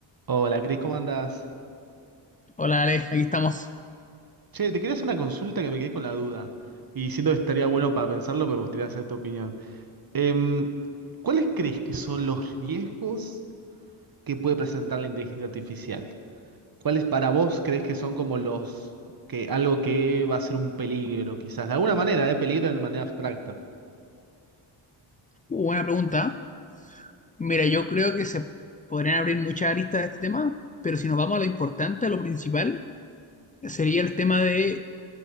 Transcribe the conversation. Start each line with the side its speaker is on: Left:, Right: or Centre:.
Right: Hola, Cris, ¿cómo andás?
Left: Hola Ale, aquí estamos.
Right: Che, te quería hacer una consulta que me quedé con la duda. Y siento que estaría bueno para pensarlo, pero me gustaría hacer tu opinión. Em, ¿cuáles crees que son los riesgos que puede presentar la inteligencia artificial? ¿Cuáles para vos crees que son como los que algo que va a ser un peligro, quizás? De alguna manera, ¿eh? Peligro de manera abstracta.
Left: Uh, buena pregunta. Mira, yo creo que se podrían abrir muchas aristas de este tema, pero si nos vamos a lo importante, a lo principal, sería el tema de